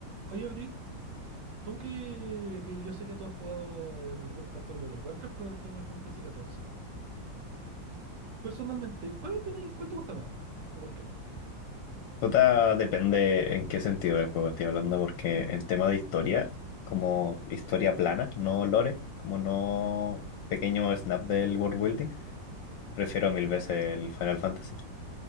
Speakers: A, on the right; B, on the left.
A: Oye, Abril, tú que, que yo sé que tú has jugado el wo- tanto el World of Warcraft como el Final Fantasy XIV. Personalmente, ¿cuál opinas? y ¿Cuál te gusta más? ¿Y por qué?
B: Tota, depende en qué sentido del juego estoy hablando, porque en tema de historia, como historia plana, no lore, como no pequeño snap del world building, prefiero mil veces el Final Fantasy.